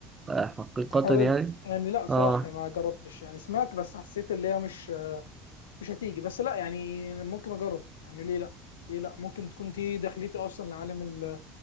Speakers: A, on the right; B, on the left.
A: آه حقيقة
B: حاولت
A: يعني
B: يعني لا صراحة
A: اه
B: ما جربتش يعني سمعت بس حسيت اللي هي مش مش هتيجي بس لا يعني ممكن اجرب يعني ليه لا ليه لا ممكن تكون دي دخلتي اصلا لعالم ال-